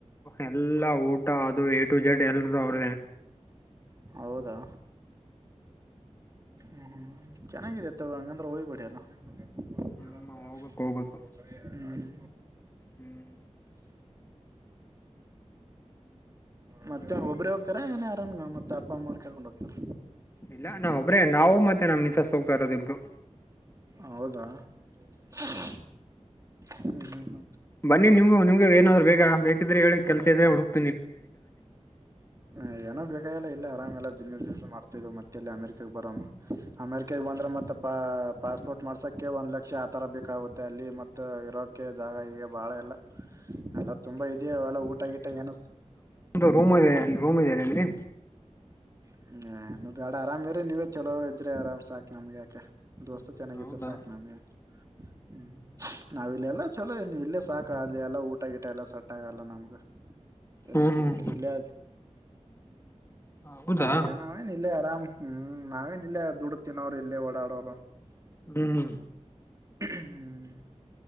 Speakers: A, on the left; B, on the right.
A: ಎಲ್ಲಾ ಊಟ ಅದು ಎ ಟು ಜೆಡ್ ಎಲ್ರದುೂ ಅವ್ರ
B: ಹೌದಾ ಹ್ಮ್ ಹ್ಮ್ ಚೆನ್ನಾಗಿದತ್ತ ಹಂಗಂದ್ರೆ ಹೋಗ್ಬೇಡಿ ಎಲ್ಲ
A: ಹ್ಮ್
B: ಕೆಲಸ
A: ಹೋಗ್ಬೇಕು
B: ಮಾಡಕೊಂಡ
A: ಹೋಗ್ಬೇಕು
B: ಒಬ
A: ಹ್ಮ್
B: ಮತ್ತೆ ಒಬ್ಬ್ರೇ ಹೋಗ್ತಾರ ಏನೇ ಆರಾಮನ್ಗ ಮತ್ತ ಅಪ್ಪ ಅಮ್ಮ್ರು ಕೇಳ್ಕೊಂಡ್ ಹೋಗ್ತಾರ
A: ಇಲ್ಲ ನಾ ಒಬ್ರ ನಾವು ಮತ್ತೆ ನಮ್ ಮಿಸಸ್ ಹೋಗ್ತಾ ಇರೋದಿಬ್ರು
B: ಹೌದಾ ಹ್ಮ ಹ್ಮ
A: ಬನ್ನಿ ನಿಮ್ೂ ನಿಮ್ಗ ಏನಾದ್ರು ಬೇ ಬೇಕಿದ್ರೆ ಹೇಳಿ ಕೆಲ್ಸ ಇದ್ರೆ ಹುಡುಕ್
B: ಹ ಏನೋ ಬೇಕಾಗಿಲ್ಲ ಇಲ್ಲ ಆರಾಮೆಲ್ಲ ಮಾಡ್ತಾ್ ಮತ್ತೆಲ್ಲಿ ಅಮೆರಿಕಾಗ ಬರ ಅಮೆರಿಕಾಗ ಬಂದ್ರೆ ಮತ್ತೆ ಮ ಪ ಪಾಸ್ಪೋರ್ಟ್ ಮಾಡ್ಸಕ್ಕೆ ಒಂದ್ ಲಕ್ಷ ಆ ತರ ಬೇಕಾಗುತ್ತೆ ಅಲ್ಲಿ ಮತ್ತೆ ಇರೋಕೆ ಜಾಗ ಈಗ ಬಾಳ ಎಲ್ಲ ಎಲ್ಲ ತುಂಬಾ ಇದೆಯ ಅವಲ್ಲ ಊಟ ಗಿಟ ಏನ
A: ನ ರೋಮ್ ಇದೆ ಅ ರೋಮ್ ಇ ಅ್ರರಿ
B: ಹ್ಮ್ ಬಡ ಆರಾಮ್ ಇ್ರರಿ ನೀವೇ ಚಲೋ ಇದ್ರಿ ಆರಾಮ್ ಸಾಕಕ್ ನಮ್ಗೆ ಯಾಕ ದೋಸ್ತ ಚೆನ್ನಾಗಿದ್ರೆ
A: ಹೌದಾ
B: ಸಾಕು ನಮಗೆ ಹ್ಮ್ ನಾವ ಇಲ್ಲೆಲ್ಲ ಚಲೋ ಇಲ್ಲ ಸಾಕ ಆಲಿ ಎಲ್ಲ ಊಟ ಗಿಟ ಎಲ್ಲ ಸಟ್ಟ ಆಗಲ್ಲ ನಮ್ಗ ಎಲ್ಲಿ
A: ಹ್ಮ್
B: ಕಿರಿಕಿರಿ
A: ಹ್ಮ್
B: ಇಲ್ಲ ಆದ
A: ಹೌದಾ
B: ನಮ್ಗೆ ನಾವೇನ್ ಇಲ್ಲೇ ಆರಾಮ್ ಹ್ಮ್ ನಾವೇನ್ ಇಲ್ಲೇ ದುಡುತಿನವರು ಇಲ್ಲೇ ಓಡಾಡೋರು
A: ಹ್ಮ್ ಹ್ಮ
B: ಹ್ಮ್